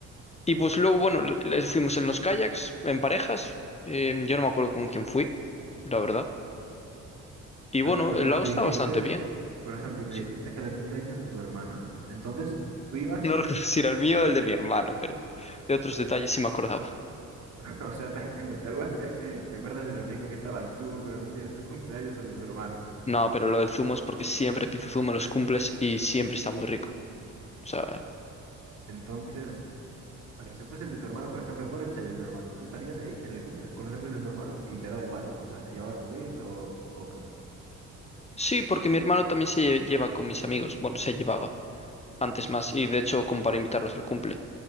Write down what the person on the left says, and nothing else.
Y pues luego, bueno, l- les fuimos en los kayaks, en parejas. Eh, yo no me acuerdo con quién fui, la verdad. Y bueno,
el
lago está
bastante bien.
Sí.
No recuerdo <laughs> si era el mío o el de mi hermano, pero de otros detalles sí me acordaba.
No, pero lo del zumo es porque siempre pido zumo en los cumples y siempre está muy rico. O sea,
sí, porque mi hermano también se lle- lleva con mis amigos. Bueno, se llevaba. antes más, y de hecho como para invitarlos al cumple.